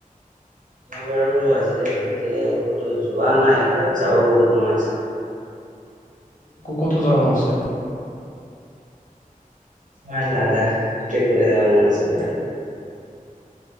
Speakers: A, on the right; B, on the left.
A: মই বাৰু আজিলৈ তেনেকে ক'তো যোৱা নাই বাত্ যাব বহুত মন আছে।
B: ক'তো যাব মন আছে।
A: তোমাৰ লাজা ট্ৰিপলে যাব মন আছিল।